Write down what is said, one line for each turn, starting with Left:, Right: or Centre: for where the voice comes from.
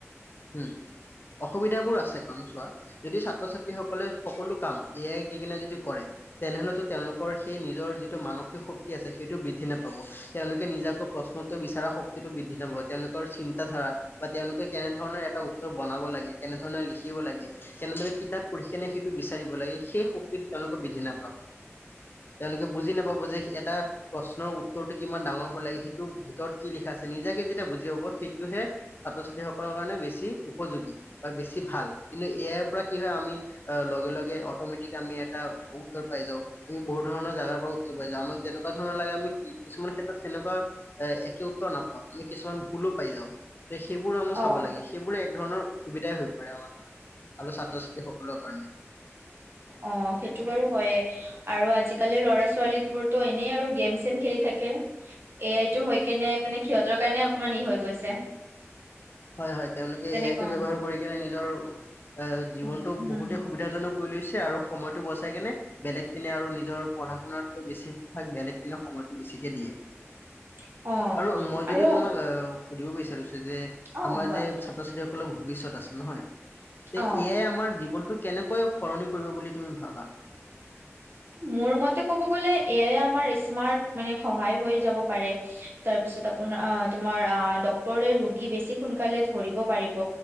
Left: হম অসুবিধাবোৰ আছে কাৰণ চোৱা যদি ছাত্ৰ ছাত্ৰীসকলে সকলো কাম এ আইক দি কিনে যদি কৰে তেনেহলেতো তেওঁলোকৰ সেই নিজৰ যিটো মানসিক শক্ তি আছে সেইটো বৃদ্ধি নাপাব তেওঁলোকে নিজাকৌ প্ৰশ্নত উত্তৰ বিচৰা শক্তিটো বৃদ্ধি নাপাব তেওঁলোকৰ চিন্তাধাৰা বা তেওঁলোকে কেনে ধৰণৰ এটা উত্তৰ বনাব লাগে কেনে ধৰণৰ লিখিব লাগে কেনেদৰে কিতাপ পঢ়ি কেনে সেইটো বিচাৰিব লাগে সেই শক্তিটো তেওঁলোকে বৃদ্ধি নাপাব। তেওঁলোকে বুজি নাপাব যে এটা প্ৰশ্নৰ উত্তৰটো কিমান ডাঙৰ হব লাগে, সেইটো ভিতৰত কি লিখা আছে নিজাকে যেতিয়া বুজি পাব সেইটোহে ছাত্ৰ ছাত্ৰীসকলৰ কাৰণে বেছি উপযোগী বা বেছি ভাল কিন্তু ইয়াৰ পৰা কি হয় আমি অ লগে লগে অটমেটিক আমি এটা উত্তৰ পাই যাওঁ। আমি বহু ধৰণৰ জাগাৰ পৰা উত্তৰ পাই যাও আমাক যেনেকোৱা ধৰ লাগে আমি কিছুমান ক্ষেত্ৰত সেনেকোৱা এ একে উত্তৰ নাপাও, আমি কিছুমান ভুলো পাই যাও তে সেইবোৰ আ
Right: অ'
Left: চাব
Right: অ'
Left: লাগে, সেইবোৰে এক ধৰণৰ অসুবিধাই হৈ পৰে আমাৰ কাৰণে ভ ছাত্ৰ ছাত্ৰী সকলৰ কাৰণে।
Right: অ সেইটো বাৰু হয়ে। আৰু আজিকালি ল'ৰা ছোৱালীবোৰতো এনেই আৰু গেম চেম খেলি থাকে এ আইতো হয় কেনে মানে সিহঁতৰ কাৰণে অকমান ই হৈ গৈছে।
Left: হয় হয় তেওঁলোকে
Right: যেনেকুৱা
Left: এ আইটো ব্যৱহাৰ কৰি কিনে নিজৰ অ জীৱনতো
Right: উম
Left: বহুতে সুবিধাজনক কৰি লৈছে আৰু সময়তো বচাই কেনে বেলেগ দিনে আৰু নিজৰ পঢ়া শুনাতকৈ বেছিভাগ বেলেগ দিনে সময়তো বেছিকে দিয়ে।
Right: <unintelligible>
Left: আৰু মই যদি
Right: আৰু
Left: তোমাক অহ সুধিব বিচাৰিছে যে
Right: অ'
Left: আমাৰ
Right: কোৱা
Left: যে ছাত্ৰ ছাত্ৰীসকলৰ ভৱিষ্যত আছে নহয়। তে এ
Right: অ'
Left: আইয়ে আমাৰ জীৱনতো কেনেকৈ সলনি কৰিব বুলি তুমি ভাবা
Right: মোৰ মতে ক'ব গ'লে এয়াই আমাৰ স্মাৰ্ট মানে সহায় হৈ যাব পাৰে। তাৰপিছত আপোনাৰ তোমাৰ ডক্তৰে ৰোগী বেছি সোনকালে ধৰিব পাৰিব।